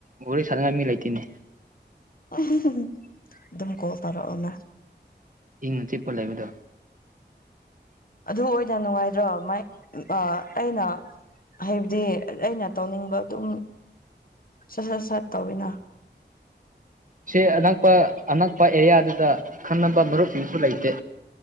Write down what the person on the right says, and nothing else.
ꯋꯥꯔꯤꯣꯔꯣꯏ ꯁꯥꯟꯅꯉꯥꯏ ꯃꯤ ꯂꯩꯇꯦꯅꯤ
ꯏꯪꯅ ꯆꯤꯞꯄ ꯂꯩꯕꯗꯣ
ꯁꯤ ꯑꯅꯛꯄ ꯑꯅꯛꯄ ꯑꯦꯔꯤꯌꯥꯗꯨꯗ ꯈꯪꯅꯕ ꯃꯔꯨꯞꯁꯤꯡꯁꯨ ꯂꯩꯇꯦ